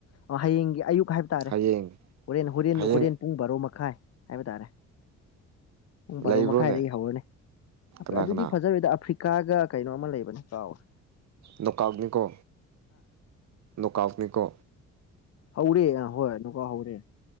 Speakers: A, on the left; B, on the right.
A: ꯍꯌꯦꯡꯒꯤ ꯑꯌꯨꯛ ꯍꯥꯏ ꯍꯥꯏ ꯇꯥꯔꯦ
B: ꯍꯌꯦꯡ
A: ꯍꯣꯔꯦꯟ ꯍꯣꯔꯦꯟ
B: ꯍꯌꯦꯡ
A: ꯍꯣꯔꯦꯟ ꯄꯨꯡ ꯕꯥꯔꯣ ꯃꯈꯥꯏ ꯍꯥꯏꯕ ꯇꯥꯔꯦ ꯄꯨꯡ ꯕꯥꯔꯣ
B: ꯂꯩꯕ꯭ꯔꯣꯅꯦ
A: ꯃꯈꯥꯏꯗꯒꯤ ꯍꯧꯔꯅꯤ
B: ꯀꯅꯥ
A: ꯑꯗꯨꯗꯤ
B: ꯀꯅꯥ
A: ꯐꯖꯔꯣꯏꯗ ꯑꯐ꯭ꯔꯤꯀꯥ ꯀꯥꯒ ꯀꯩꯅꯣ ꯑꯃ ꯂꯩꯕꯅꯤ ꯀꯥꯎꯔꯦ
B: ꯅꯣꯀꯥꯛꯅꯤꯀꯣ ꯅꯧꯀꯜꯅꯤꯀꯣ
A: ꯍꯧꯔꯦ ꯍꯣꯏ ꯑꯃꯨꯛꯀ ꯍꯧꯔꯦ